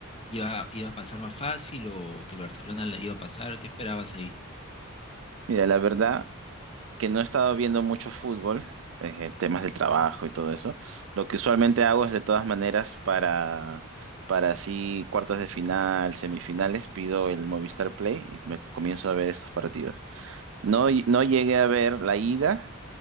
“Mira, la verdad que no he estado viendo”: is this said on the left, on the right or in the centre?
Right